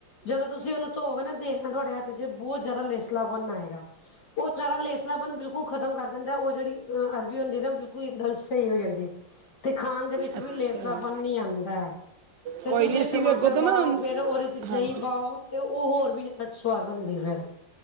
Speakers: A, on the left; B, on the right.
A: ਜਦੋਂ ਤੁਸੀਂ ਓਹਨੂੰ ਧੋਓਗੇ ਨਾ ਤੇ ਤੁਹਾਡੇ ਹੱਥ 'ਚ' ਬਹੁਤ ਜਿਆਦਾ ਲੇਸ ਲਾਪਨ ਆਏਗਾ। ਓਹ ਸਾਰਾ ਲੇਸਲਾਪਨ ਬਿਲਕੁਲ ਖ਼ਤਮ ਕਰ ਦੇਂਦੈ। ਉਹ ਜੇਹੜੀ ਅਰ ਵੀ ਹੁੰਦੀ ਨਾ ਬਿਲਕੁਲ ਇੱਕਦਮ ਸਹੀ ਹੋ ਜਾਂਦੀ ਤੇ ਖਾਨ ਦੇ ਵਿੱਚ
B: ਅੱਛਾ
A: ਵੀ ਲੇਸਲਾਪਨ ਨਹੀ ਆਂਦਾ ਐ। ਤੇ
B: ਕੋਈ
A: ਤੁਸੀਂ
B: ਨਹੀਂ ਅਸੀਂ
A: ਟਮਾਟਰ
B: ਵੀ ਅੱਗੋਂ ਤੋਂ
A: ਪਾਓ
B: ਨਾ
A: ਫੇਰ ਉਹਦੇ 'ਚ
B: ਹਾਂਜੀ
A: ਦਹੀ ਪਾਓ? ਤੇ ਓਹ ਹੋਰ ਵੀ ਜਿਆਦਾ ਸਵਾਦ ਬਣਦੀ ਫੇਰ